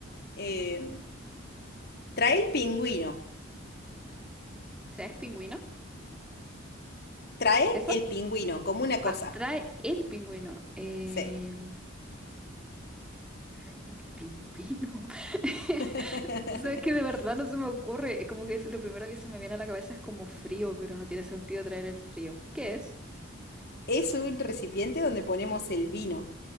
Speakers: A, on the left; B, in the centre.
A: em, Trae el pingüino.
B: ¿Traes pingüino?
A: Trae
B: ¿Esa?
A: el pingüino, como una cosa.
B: Ah, trae el pingüino. Eh,
A: Sí.
B: trae el pingüino.
A: <laughs>
B: <laughs> Sabes que de verdad no se me ocurre. Como que es- lo primero que se me viene a la cabeza es como frío, pero no tiene sentido traer el frío. ¿Qué es?
A: Es un recipiente donde ponemos el vino.